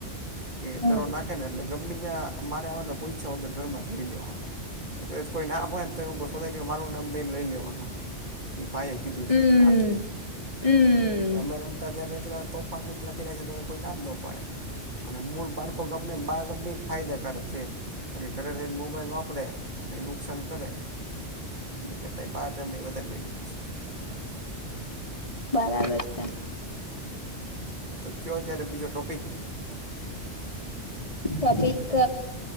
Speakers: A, on the right; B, on the left.
A: કે
B: હમ.
A: દરો નાખે ને એટલે ગમે ત્યાં મારે આવેને પોઈછા વગર ઘરમાંથી લઈ લેવાનો. કદાચ કોઈ ના આપડે ને તો એ શોધાય મારું નામ દઈને લઈ લેવાનું કે ભાઈ કીધું
B: હમ
A: છે એટલે આપી દે
B: હમ
A: કેમ કે અમે રમતા જ્યારે એટલા તોફાાનને એટલા કર્યા છી તો હવે કોઈ ના જ ન પાડે અને મૂળ બાળકો ગમે બહાર રમી જ ફાયદાકારક છે. બાકી ઘરે રયને મોબાઈલ વાપરે અને નુકસાન કરે. એની કરતાં બહાર રમે એ વધારે બેનિફિટ છે.
B: બરાબર છે.
A: તો કયો ત્યારે બીજો ટોપિક
B: ટોપિક ક